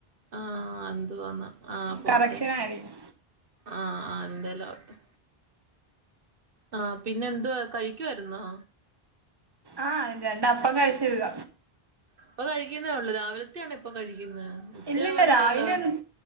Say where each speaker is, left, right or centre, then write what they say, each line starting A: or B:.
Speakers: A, on the right; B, on the right.
A: ആഹ് എന്തുവാന്ന ആഹ് പോട്ടെ
B: കറക്ഷൻ ആയിരിക്കും
A: ആഹ് എന്തേലോവട്ടെ ആ പിന്നെ എന്തുവാ കഴിക്കുവാരുന്നോ
B: ആഹ് രണ്ട് അപ്പം കഴിച്ച് <unintelligible>
A: ഇപ്പൊ കഴിക്കുന്നേ ഉള്ളൂ രാവിലത്തെയാണോ ഇപ്പൊ കഴി ക്ക്ന്ന് ഉച്ചയാവാറായല്ലോ
B: ഇല്ലില്ല രാവിലെ ഒന്നും